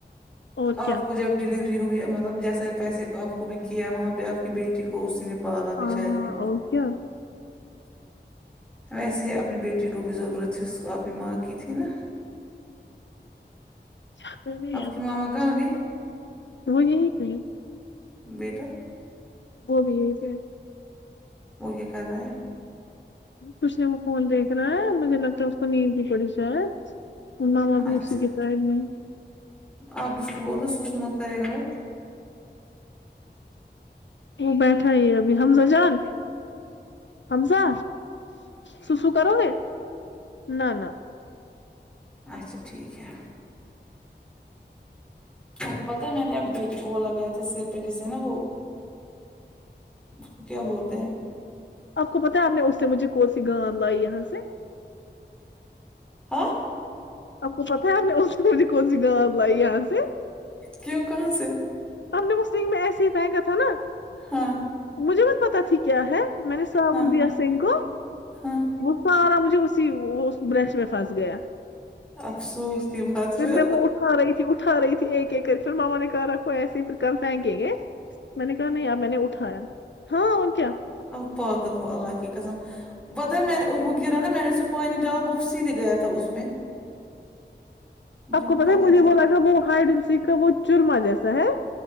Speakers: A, on the left (about 80°); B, in the centre.
A: اور
B: آپ
A: کیا
B: کو جب ڈلیوری ہوئی مطلب جیسا پیسے آپ کو بھی کیا وہاں پے آپ کی بیٹی کو اس نے پالا
A: ہاں
B: بچاری نے
A: اور کیا
B: ویسے ہی اپنی بیٹی کو بھی ضرورت تھی اس کو اپنی ماں کی تھی نا
A: کیا کر رہے
B: آپ
A: ہو
B: کی ماما کہاں گئی
A: وہ یہی پی ہے
B: بیٹا
A: وہ بھی یہی سے ہے
B: وہ کیا کر رہا ہے
A: کچھ نے وہ فون دیکھ رہا ہے مجھے لگتا ہے اس کو نیند ہی پڑی شاید ماما بھی
B: اچھا
A: اسی کے <unintelligible> میں
B: آپ اس کو بول دو سسو مت کرے گا وہ
A: وہ بیٹھا ہی ابھی حمزہ جان حمزہ سسو کرو گے نہ نہ
B: اچھا ٹھیک ہے کو پتہ ہے میں نے اپنی بیٹی کو وہ لگایا تھا سر پے جسے نا وہ کو کیا بولتے ہیں
A: آپ کو پتاہ ہے آپ نے اس سے مجھے کون سی گاند لائی یہاں سے
B: ہاں
A: آپ کو پتہ ہے آپ نے اس میں سے کونی گاند لائی یہاں سے
B: کیوں کہاں سے
A: آپ نے وہ سنگ میں ایسے ہی پہکا تھا نا
B: ہاں
A: مجھے بت پتہ تھی کیا ہے میں نے صابن
B: ہاں
A: بھیا سے سنگ کو
B: ہاں
A: وہ سارا مجھے اسی برش میں پھنس گیا
B: افسوس کی بات پھر
A: میں وہ اٹھا رہی تھی اٹھا رہی تھی ایک ایک کری پھر ماما نے ک رکھو ایسے پھر کل فھینکے گئے میں نے کہا نہیں یار میں نے اٹھایا ہاں اور کیا
B: آپ پاگل ہو اللہ کی قسم بتہ میں نے وہ گرا نا میں نے اسے پانی ڈالا وہ سیدھے گیا تھا اس میں مجھے
A: آپ
B: مت
A: کو پتہ
B: پتا
A: ہے مجھے
B: تھی
A: وہ لگا وہ ہائیڈین س کا وہ چورما جیسا ہے